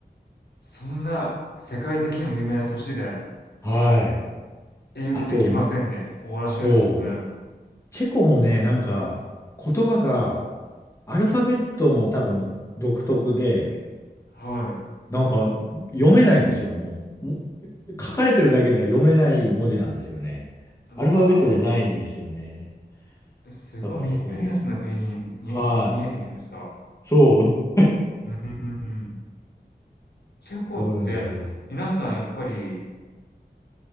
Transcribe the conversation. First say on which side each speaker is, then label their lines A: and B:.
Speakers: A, on the left (about 70°); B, on the left (about 15°).
A: そんな世界的にも有名な都市で、
B: はい。
A: 英語できませんで終わらせるんですね。
B: あと、そう。チェコもね、なんか、言葉が、アルファベットも多分独特で、
A: はい。
B: なんか読めないんですよ、もう。も書かれてるだけでは読めない文字なんですよね。
A: うわ
B: アルファベットじゃないんですよね。
A: ー、すごいミステリアスな国に見えてき見えてきました。
B: だからこう、はい。そう。
A: うんうんうん。チェコって皆さんやっぱり
B: そうなんですよ。